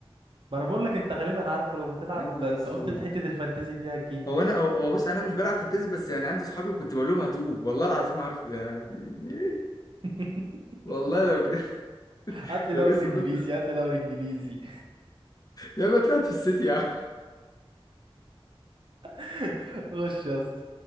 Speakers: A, on the right; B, on the left.
A: ما انا بقول لك انت غالبا عارفه لو بتلعب
B: يا نهار اسود
A: فقلت حته الفانتازي دي هتجيبه
B: هو انا هو هو بص انا مش بلعب فانتازي بس يعني عندي صحابي وكنت بقول لهم هاتوه والله العظيم عارف يعني إيه؟
A: <laughs>
B: والله لو ج... <laughs>
A: هات لي
B: لو
A: دوري
B: اسم
A: انجليزي
B: نط <laughs>
A: هات لي دوري انجليزي
B: يا ما طلعت في السيتي يا عم
A: <laughs> غش يا اسطى